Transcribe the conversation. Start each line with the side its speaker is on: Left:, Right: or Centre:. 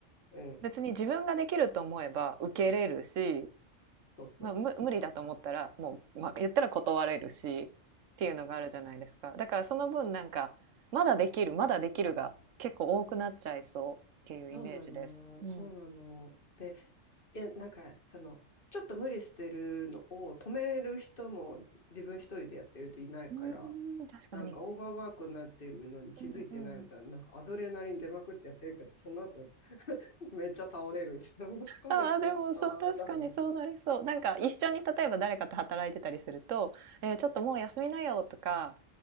Left: うん。
Right: 別に自分ができると思えば受けれるし
Left: そうそうそうそうそう。
Right: まあ、む無理だと思ったらもう、まあ、言ったら断れるしっていうのがあるじゃないですかだからその分なんかまだできるまだできるが結構多くなっちゃいそうっていうイメージです。
Left: そうそうそうそう。そうなの、
Right: うん、
Left: そうなの。
Right: う
Left: で、いや、なんか、その、ちょっと無理してるのを止める人もじ自分一人でやってるといないから、
Right: ーん確かに。
Left: なんかオーバーワークになってるのに気づいてないみたいな、
Right: うんうん、
Left: なんかアドレナリン出まくってやってるけど、その後 <laughs> めっちゃ倒れるみたいな、もう疲れちゃったみたいな。
Right: ああでもそう確かにそうなりそうなんか一緒に例えば誰かと働いてたりすると「えーちょっともう休みなよ」とか